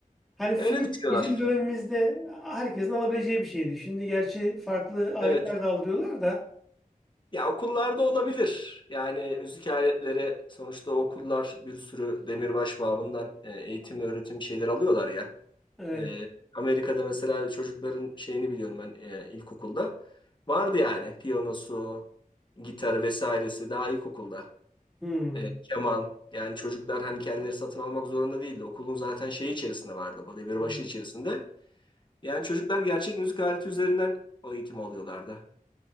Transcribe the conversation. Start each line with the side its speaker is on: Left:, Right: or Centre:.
Centre: Hani flüt
Left: öyle düşünüyorlar.
Centre: bizim dönemimizde herkesin alabileceği bir şeydi. Şimdi gerçi farklı aletler
Left: Evet.
Centre: de aldırıyorlar da.
Left: Ya okullarda olabilir. Yani müzik aletleri sonuçta okullar bir sürü demirbaş babından e, eğitim öğretim şeyler alıyorlar ya.
Centre: Evet.
Left: E, Amerika'da mesela çocukların şeyini biliyorum ben e, ilkokulda. Vardı yani piyanosu, gitarı vesairesi daha ilkokulda.
Centre: Hmm.
Left: E, keman yani çocuklar hani kendileri satın almak zorunda değildi. Okulun zaten şeyi içerisinde vardı bu demirbaşı
Centre: Hmm.
Left: içerisinde. Yani çocuklar gerçek müzik aleti üzerinden o eğitim alıyorlardı.